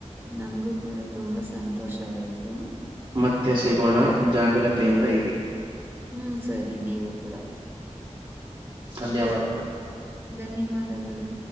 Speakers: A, on the right; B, on the right.
A: ನಂಗೂ ಕೂಡ ತುಂಬಾ ಸಂತೋಷವಾಯ್ತು.
B: ಮತ್ತೆ ಸಿಗೋಣ ಜಾಗ್ರತೆಯಿಂದ ಇರಿ.
A: ಹುಂ ಸರಿ ನೀವು ಕೂಡಾ
B: ಧನ್ಯವಾದ
A: ಧನ್ಯವಾದಗಳು